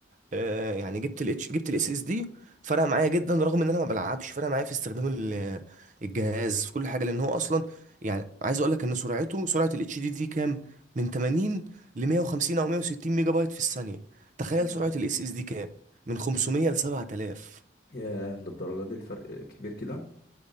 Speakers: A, on the right; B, on the left.
A: آه، يعني جبت الاتش جبت الاس اس دي فرق معايا جدا رغم ان انا ما بلعبش فرق معايا في استخدام ال- الجهاز في كل حاجه لان هو اصلا يعني عايز اقول لك ان سرعته سرعه الاتش دي دي كام من 80 ل 150 او 160 ميجا بايت في الثانيه تخيل
B: مم.
A: سرعه الاس اس دي كام من 500
B: اوكي
A: ل 7000
B: ياه للدرجه دي الفرق كبير كده